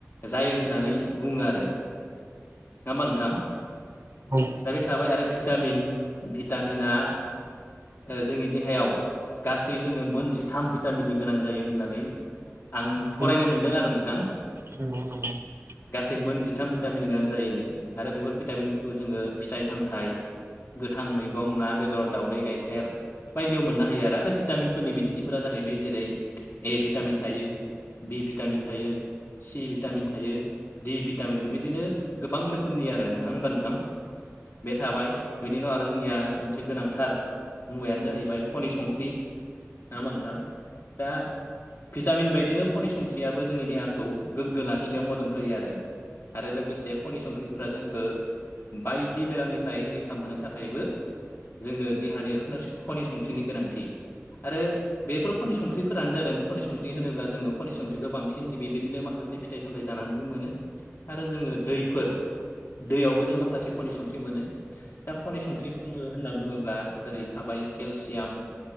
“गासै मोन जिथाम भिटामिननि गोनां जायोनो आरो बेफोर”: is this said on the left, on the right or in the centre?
Left